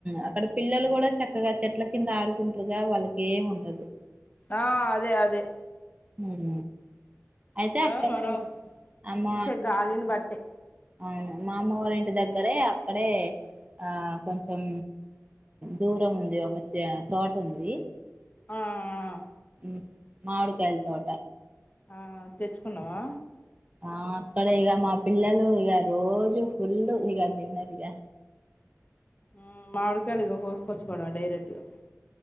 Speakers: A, on the right; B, on the left.
A: అక్కడ పిల్లలు కూడా చక్కగా చెట్ల కింద ఆడుకుంటుగా వాళ్లకు ఏం ఉండదు
B: ఆ అదే అదే
A: ఉహ్ అయితే
B: ఇంకా
A: అక్కడ
B: మనం
A: అమ్మ
B: పీల్చే గాలిని బట్టే
A: అవును మా అమ్మవారి ఇంటి దగ్గరే అక్కడే ఆ కొంచెం దూరం ఉంది ఒక తోట ఉంది
B: ఆఆ
A: హు మామిడికాయ తోట
B: ఆ తెచ్చుకున్నవా
A: ఆ అక్కడ ఇక మా పిల్లలు ఇక రోజు ఫుల్ ఇక తిన్నరు ఇగ
B: ఆ మామిడికాయల్ని కోసుకొని ఆచ్చుకోడవ డైరెక్ట్ గా